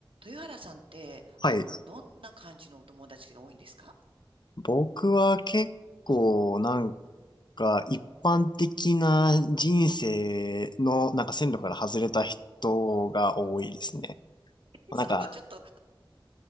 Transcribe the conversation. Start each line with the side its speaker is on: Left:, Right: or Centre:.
Right: 豊原さんって、あの、
Left: はい。
Right: どんな感じのお友達が多いんですか
Left: 僕は結構なんか一般的な人生のなんか線路から外れた人が多いですね。
Right: <laughs>
Left: なんか、
Right: その、ちょっと、